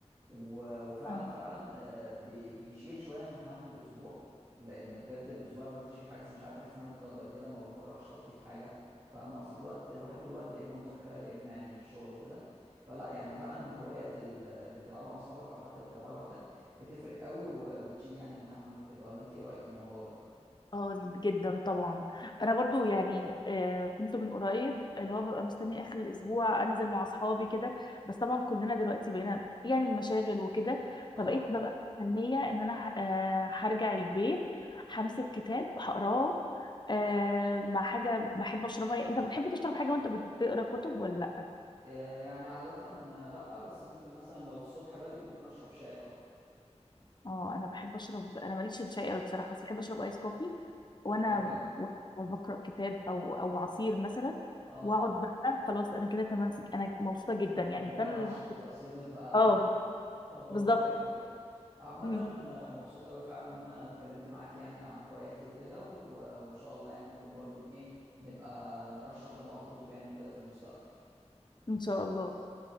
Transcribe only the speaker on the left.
مم.
اه جدا طبعا انا برضو يعني آه، كنت من قريب اللي هو ببقى مستنيه اخر الاسبوع انزل مع اصحابي كده بس طبعا كلنا دلوقتي بقينا يعني مشاغل وكده
فبقيت ببقى مستنيه ان انا ه- آه، هرجع البيت همسك كتاب هقراه آه، مع حاجه بحب اشربها يعني انت بتحب تشرب حاجه وانت بتقرا كتب ولا لا
اه انا بحب اشرب انا ماليش في الشاي قوي بصراحه بس بحب اشرب ايس كوفي وانا
وانا بقرا كتاب او او عصير مثلا
واقعد بقى خلاص انا كده تمام انا مبسوطه جدا يعني
فانا
اه
بالظبط
مم.
ان شاء الله